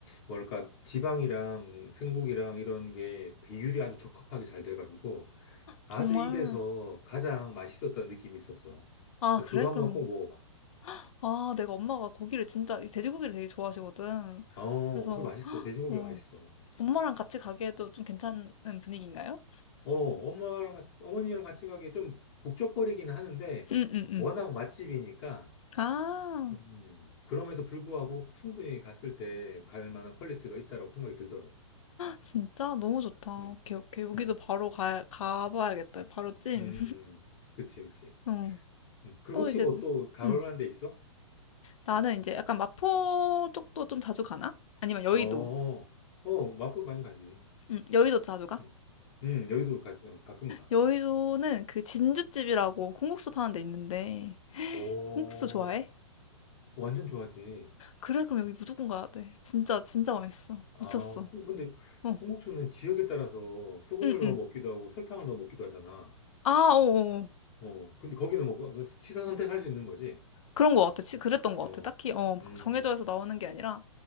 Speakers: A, on the left; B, on the left.
A: 뭐랄까, 지방이랑 생고기랑 이런 게 비율이 아주 적합하게 잘 돼가지고, 아주
B: 정말.
A: 입에서 가장 맛있었던 느낌이 있었어.
B: 아,
A: 그래서
B: 그래?
A: 그거 한번
B: 그럼
A: 꼭 먹어봐.
B: 아 내가 엄마가 고기를 진짜 이 돼지고기를 되게 좋아하시거든.
A: 어,
B: 그래서
A: 그래 맛있어. 돼지고기가
B: 어,
A: 맛있어.
B: 엄마랑 같이 가기에도 좀 괜찮은 분위기인가요?
A: 어, 엄마랑 같이, 어머니랑 같이 가기에 좀 북적거리긴 하는데,
B: 응, 응, 응.
A: 워낙 맛집이니까,
B: 아,
A: 음, 그럼에도 불구하고 충분히 갔을 때 갈 만한 퀄리티가 있다라고 생각이 들더라고.
B: 진짜 너무 좋다.
A: 음,
B: 오케이, 오케이. 여기도
A: 음,
B: 바로 가, 가봐야겠다. 바로 찜.
A: 음, 음. 음. 그치, 그치.
B: <laughs> 어,
A: 음. 그럼
B: 또
A: 혹시
B: 이제,
A: 뭐 또 가볼
B: 음,
A: 만한 데 있어?
B: 나는 이제 약간 마포 쪽도 좀 자주 가나? 아니면 여의도.
A: 어, 어, 어, 마포 많이 가지.
B: 음, 여의도 자주 가?
A: 음, 음, 여기도 가, 응, 가끔 가.
B: 여의도는 그 진주집이라고 콩국수 파는 데 있는데,
A: 오,
B: 콩국수 좋아해?
A: 완전 좋아하지.
B: 그래, 그럼 여기 무조건 가야 돼. 진짜, 진짜 맛있어.
A: 아,
B: 미쳤어.
A: 콩, 근데
B: 어,
A: 콩국수는 지역에 따라서 소금을
B: 응,
A: 넣어
B: 응.
A: 먹기도 하고 설탕을 넣어 먹기도 하잖아.
B: 아, 어, 어, 어.
A: 어, 근데 거기는 뭐 취사 선택할 수 있는 거지.
B: 그런 거 같아. 치- 그랬던 거
A: 어,
B: 같아. 딱히, 어, 막
A: 음,
B: 정해져 해서 나오는 게 아니라,